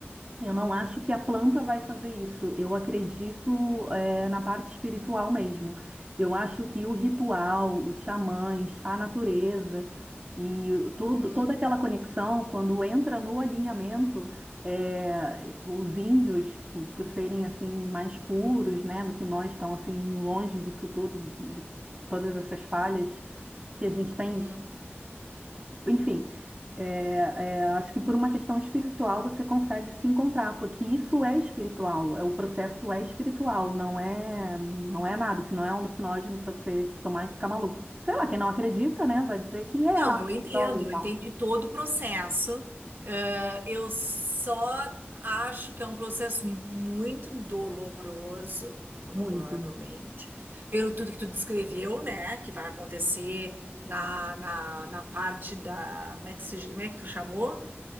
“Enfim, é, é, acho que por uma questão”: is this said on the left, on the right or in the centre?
Right